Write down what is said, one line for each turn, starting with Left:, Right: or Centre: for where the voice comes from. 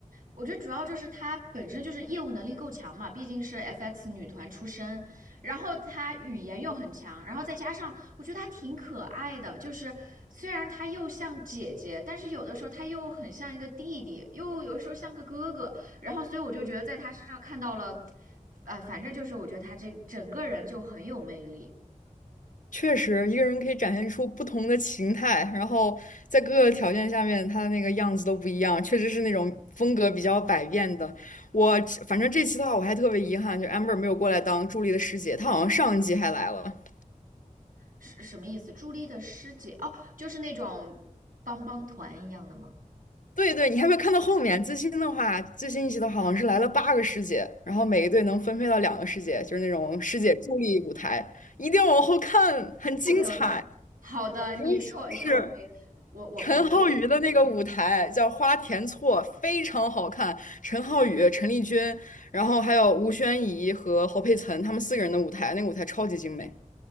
Right: 我觉得主要就是她本身就是业务能力够强嘛，毕竟是 FX 女团出身，然后她语言又很强，然后再加上我觉得她挺可爱的，就是虽然她又像姐姐，但是有的时候她又很像一个弟弟，又有的时候像个哥哥，然后所以我就觉得在她身上看到了，呃，反正就是我觉得她这整个人就很有魅力。
Left: 确实，一个人可以展现出不同的形态，然后在各个条件下面，他的那个样子都不一样，确实是那种风格比较百变的。我反正这期的话，我还特别遗憾，就 Amber 没有过来当助理的师姐，她好像上一季还来了。
Right: 是什么意思？朱莉的师姐哦，就是那种帮帮团一样的吗？
Left: 对对，你还没有看到后面，最新的话，最新一集的话好像是来了八个师姐，然后每一队能分配到两个师姐，就是那种师姐助力舞台，一定要往后看，很精彩。
Right: OK OK，好的，你说
Left: 尤其是
Right: OK，我我反正
Left: 陈浩宇的那个舞台叫花田错，非常好看。陈浩宇、陈丽君，然后还有吴宣仪和侯佩岑，他们四个人的舞台，那个舞台超级精美。